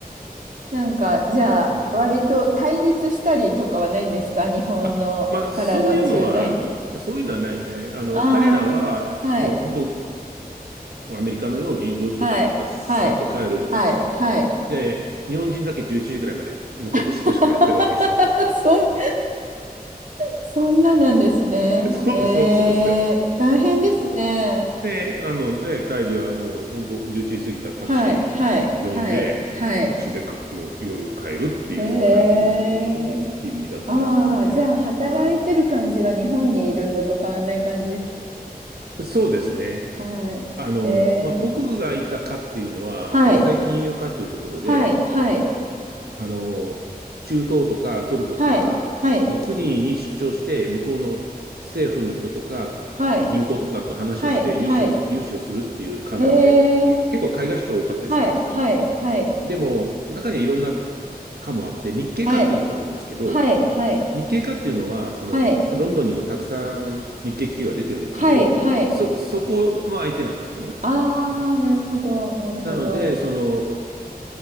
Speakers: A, on the right; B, on the right.
A: なんか、じゃあ、
B: うん。
A: 割と対立したりとかはないんですか日本のからの駐在員と。
B: あ、まあ、そういうのは、そういうのはないですね。あの、
A: あ
B: 彼らは、
A: あ。はい。
B: もう本当、アメリカのように5時とかになったらさっと帰るんですよ。
A: はい。はい。はい。はい。
B: で、日本人だけ11時くらいまで残ってシコシコやってるわけです。
A: <laughs> そん、そんななんですね。
B: <laughs> そうそう、
A: えー、
B: そうですよ。
A: 大変ですね。
B: で、あのね、帰りはもう本当11時過ぎたらタクシー呼んで、
A: はい、はい、はい、はい。
B: タクシーでかもう夜帰るっていう感じの日々だったですよね。
A: えー、ああ、じゃあ、働いてる感じは日本にいるのと変わんない感じですか
B: はい。そうですね。
A: はい。
B: あの、
A: えー、
B: まあ、僕がいた課っていうのは国際金融課っていうところで、
A: はい、はい、はい、
B: あの、中東とかトルコとかの国に出張して、
A: はい、はい、
B: 向こうの政府の人とか
A: はい、
B: 銀行とかと話をして融資をす、
A: はい、はい。
B: 融資をするっていう課なんで、
A: えー、
B: け、結構海外出張多かったりしたんですよ。
A: はい、はい、はい、
B: でも、中にはいろんな科もあって、日系科っていうのがあるんですけど、
A: はい、はい、はい、
B: 日系科っていうのは、その、
A: はい、
B: ロンドンにもたくさん日系企業が出てるんですけど、
A: はい、はい。
B: そ、そこの相手なんですよね。
A: ああ、なるほど、なるほど。
B: なので、その、